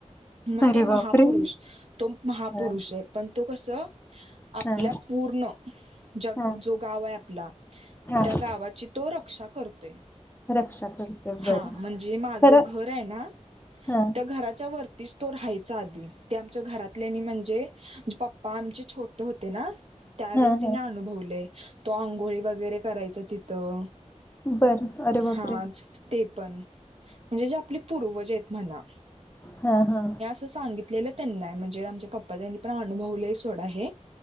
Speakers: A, on the right; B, on the left.
A: म
B: अरे
A: ते महापुरुष,
B: बापरे!
A: तो महापुरुष
B: हां,
A: आहे पण तो कस आपल्या
B: हां,
A: पूर्ण जं
B: हां,
A: जो गाव आहे आपला
B: हां.
A: त्या गावाची तो रक्षा करतोय
B: रक्षा करते बरं.
A: हा म्हणजे माझ
B: खरं
A: घर आहे ना
B: हां,
A: त्या घराच्या वरती तो राहायचा आधी ते आमच्या घरात म्हणजे पपा आमचे छोटे होते ना त्यावेळेस
B: हां,
A: त्यांनी
B: हां.
A: अनुभवलय तो आंघोळी वगैरे करायचा तिथं
B: बरं. अरे बापरे!
A: हा ते पण म्हणजे जे आपले पूर्वज आहेत म्हणा
B: ह ह
A: सांगितलेले त्यांना ये म्हणजे आमच्या पपा त्यांनी पण अनुभवलं सोडा हे